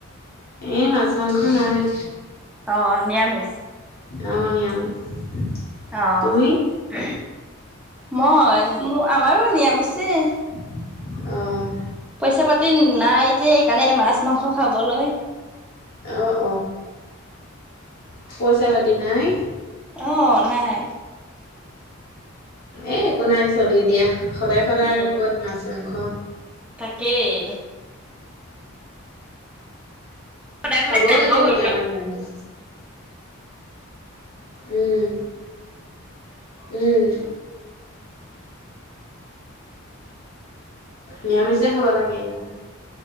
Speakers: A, on the left; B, in the centre.
A: এ, মাছ, মাংস নাই।
B: অ', নিৰামিষ
A: অ', নিৰামিষ
B: অ'
A: তুমি?
B: মই, মো আমাৰো নিৰামিছেই
A: অ'
B: পইচা পাতি নাই যে সেইকাৰণে মাছ, মাংস খাবলৈ।
A: অ' অ'পইচা পাতি নাই?
B: অ' নাই।
A: এ, একো নাই চলি দিয়া সদায় সদায়
B: উম
A: আৰু ক'ত মাছ, মাংস।
B: তাকেই। সদায়
A: খাবও
B: সদায় নাখাও
A: লাগে
B: বাৰু
A: কেতিয়াবা
B: অ
A: নিৰামিষ। উম, উম। নিৰামিষে খাব লাগে এনেও।